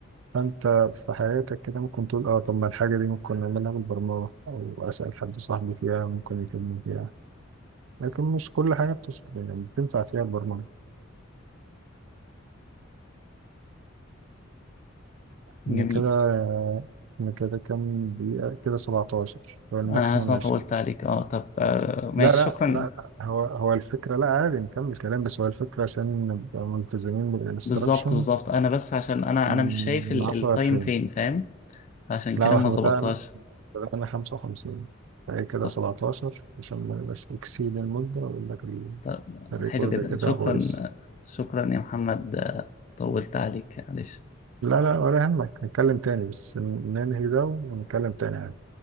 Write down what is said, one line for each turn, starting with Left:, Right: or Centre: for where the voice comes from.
Right: فانت في حياتك كده ممكن تقول اه طب ما الحاجه دي ممكن نعملها بالبرمجه او اسال حد صاحبي فيها ممكن يفيدني فيها لكن مش كل حاجه بتص... يعني بتنفع فيها البرمجه
Left: جميل
Right: ان كده ان كده كام دقيقه كده 17 هو الماكسيموم
Left: انا حاسس إن انا
Right: 20
Left: طولت عليك اه طب آه ماشي
Right: لا لا
Left: شكرا
Right: لا لا، هو هو الفكره لا عادي نكمل كلام بس هو الفكره عشان نبقى ملتزمين بالانستراكشنز
Left: بالظبط بالظبط انا بس عشان انا
Right: من
Left: انا مش شايف ال-
Right: 10
Left: التايم
Right: ل 20
Left: فين فاهم عشان
Right: لا
Left: كده ما
Right: احنا
Left: ظبطهاش
Right: بدأنا انا 55 فهي كده
Left: طب,
Right: 17 عشان ما نبقاش اكسيد المدة اقول لك ال-
Left: طب
Right: الريكورد
Left: حلو جدا
Right: كده
Left: شكرا
Right: بايظ
Left: آه، شكرا يا محمد آه، طولت عليك معلش
Right: لا لا ولا يهمك نتكلم تاني بس ن- ننهي ده ونتكلم تاني